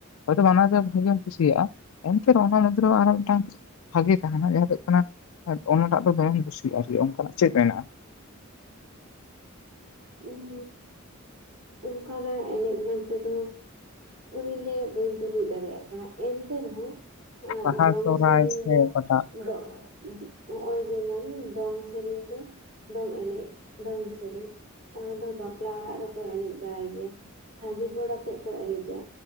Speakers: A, on the left (about 85°); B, on the right (about 80°).
A: ᱫᱚ ᱵᱟᱝ ᱚᱱᱟᱛᱮ ᱵᱷᱟᱜᱮᱢ ᱠᱩᱥᱤᱭᱟᱜᱼᱟ ᱮᱱᱛᱮᱨᱮᱦᱚᱸ ᱚᱱᱟ ᱢᱩᱫ ᱨᱮ ᱟᱨᱚ ᱢᱤᱫᱴᱟᱝ ᱵᱷᱟᱜᱮ ᱛᱟᱦᱮᱱᱟ ᱡᱟᱦᱟᱸ ᱫᱚ ᱦᱩᱭᱩᱜ ᱠᱟᱱᱟ ᱚᱱᱟᱴᱟᱜ ᱫᱚ ᱵᱟᱝ ᱫᱚᱢᱮᱢ ᱠᱩᱥᱤᱭᱟᱜᱼᱟ ᱟᱨᱠᱤ ᱚᱱᱠᱟᱱᱟᱜ ᱪᱮᱫ ᱢᱮᱱᱟᱜᱼᱟ
B: ᱩᱸᱜᱻ ᱚᱱᱠᱟᱱᱟᱜ ᱮᱱᱮᱡ ᱵᱚᱞᱛᱮ ᱫᱚ ᱚᱱᱮᱧ ᱞᱟᱹᱭᱮᱫ ᱵᱟᱹᱧ ᱛᱩᱞᱩᱡ ᱫᱟᱲᱮᱭᱟᱜ ᱠᱟᱱᱟ ᱮᱱᱛᱮ ᱨᱮᱦᱚᱸ ᱮᱸᱜ
A: ᱵᱟᱦᱟ
B: ᱫᱚᱝ
A: ᱥᱚᱦᱨᱟᱭ
B: ᱥᱮᱨᱮᱧ
A: ᱥᱮ
B: ᱫᱚ
A: ᱚᱠᱟᱴᱟᱜ
B: ᱫᱚ ᱩᱸᱜ ᱱᱚᱜᱼᱚᱭ ᱡᱮᱢᱚᱱ ᱫᱚᱝ ᱥᱮᱨᱮᱧ ᱫᱚ ᱫᱚᱝ ᱮᱱᱮᱡ ᱫᱚᱝ ᱥᱮᱨᱮᱧ ᱚᱱᱟ ᱫᱚ ᱵᱟᱯᱞᱟ ᱚᱲᱟᱜ ᱨᱮᱠᱚ ᱮᱱᱮᱡ ᱵᱟᱲᱟᱭ ᱜᱮᱭᱟ ᱥᱟᱸᱜᱮ ᱦᱚᱲ ᱟᱛᱮᱜ ᱠᱚ ᱮᱱᱮᱡᱟ